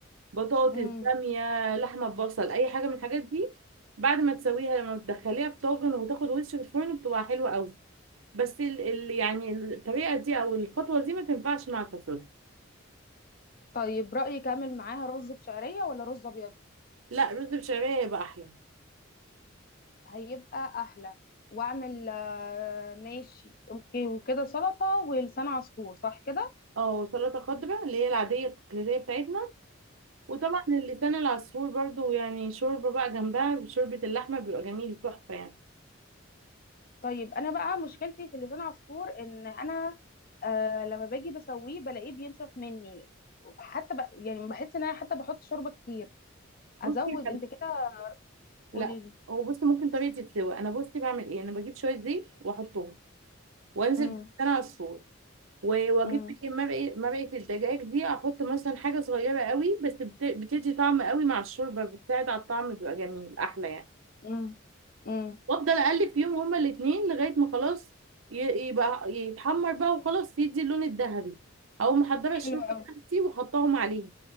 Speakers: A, on the right; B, on the left.
A: بطاطس
B: امم
A: باميه لحمه ببصل اي حاجه من الحاجات دي بعد ما تسويها لما بتدخليها في طاجن وتاخد وش في الفرن بتبقى حلوه قوي بس ال ال يعني الطريقه دي او الخطوه دي ما تنفعش مع الفاصوليا
B: طيب رأيك اعمل معاها رز بشعرية ولا رز ابيض
A: لا رز بشعريه يبقى احلى
B: هيبقى احلى واعمل آه، ماشي اوكي وكده سلطة ولسان عصفور صح كده
A: اه سلطه خضراء اللي هي العاديه التقليديه بتاعتنا وطبعا اللسان العصفور برضو يعني شوربه بقى جنبها شوربه اللحمه بيبقى جميل تحفه يعني
B: طيب انا بقى مشكلتي في اللسان عصفور ان انا آه لما باجي بسويه بلاقيه بينشف مني حتى ب... يعني بحس ان انا حتى بحط شوربه كتير
A: بصي
B: ازود انت كده
A: لا
B: قولي لي
A: هو بصي ممكن طريقه السوا انا بصي بعمل ايه انا بجيب شويه زيت واحطهم وانزل
B: امم
A: بالسمنه على الفرن و- واجيب
B: امم
A: بقى إيه مرقه مرقه الدجاج دي احط مثلا حاجه صغيره قوي بس بت- بتدي طعم قوي مع الشوربه بتساعد على الطعم بيبقى جميل احلى يعني
B: امم امم
A: وافضل اقلب فيهم هما الاثنين لغايه ما خلاص ي- يبقى يتحمر بقى وخلاص يدي اللون الذهبي او محضره الشوربه
B: حلو قوي
A: بتاعتي وحطاهم عليه